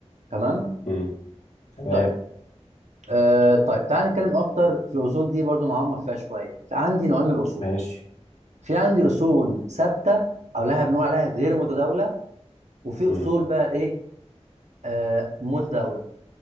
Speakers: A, on the right (about 75°); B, on the left (about 75°).
A: تمام
B: مم. تمام
A: طيب آه طيب تعال نتكلم اكتر في الاصول دي برضو نعمق فيها شويه فعندي نوعين من الاصول
B: ماشي
A: في عندي اصول ثابته او لها بنقول عليها غير متداوله وفي
B: مم.
A: اصول بقى ايه آه متداوله